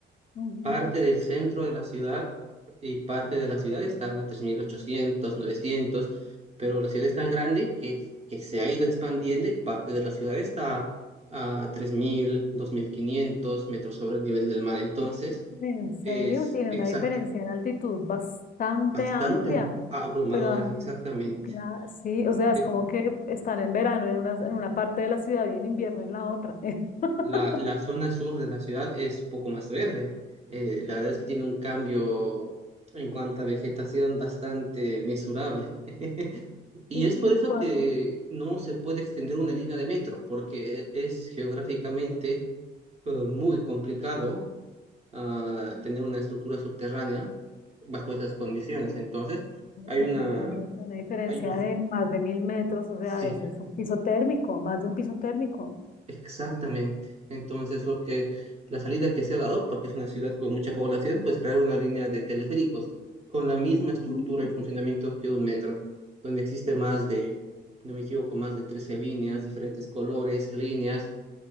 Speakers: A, on the left; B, on the right.
A: Ujú.
B: Parte del centro de la ciudad y parte de la ciudad están a 3.800 900, pero la ciudad es tan grande que, que se ha ido expandiendo y parte de la ciudad está a tres mil dos mil quinientos metros sobre el nivel del mar. Entonces,
A: En serio,
B: es
A: tiene
B: exacto,
A: una diferencia en altitud bastante
B: bastante
A: amplia,
B: ab- abrumadora,
A: pero am-
B: exactamente.
A: cla- sí, o sea,
B: Eh,
A: es como que están en verano en una, en una parte de la ciudad y en invierno en la otra. <laughs>
B: La, la zona sur de la ciudad es poco más verde. Eh, la verdad es que tiene un cambio en cuanto a vegetación bastante mesurable. <laughs> Y
A: Y,
B: es por
A: y
B: eso
A: cuando,
B: que no se puede extender una línea de metro, porque es geográficamente eh, muy complicado ah, tener una estructura subterránea bajo esas condiciones. Entonces, hay
A: pues
B: una,
A: imagínate una diferencia
B: hay un-
A: de más de mil metros, o sea,
B: sí,
A: eso es un piso térmico, más de un piso térmico.
B: exactamente. Entonces, lo que, la salida que se ha dado, porque es una ciudad con mucha población, pues crear una línea de teleféricos con la misma estructura
A: Mm,
B: y funcionamiento que un metro, donde existe más de, si no me equivoco, más de 13 líneas, diferentes colores, líneas